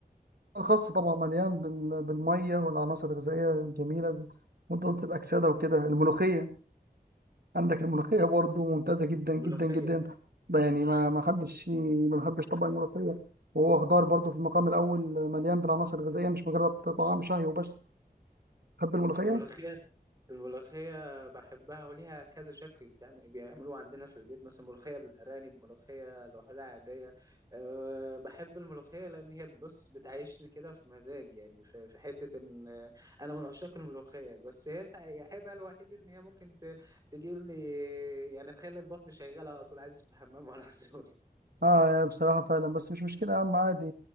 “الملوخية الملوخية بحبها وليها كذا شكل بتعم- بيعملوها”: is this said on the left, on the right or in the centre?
Right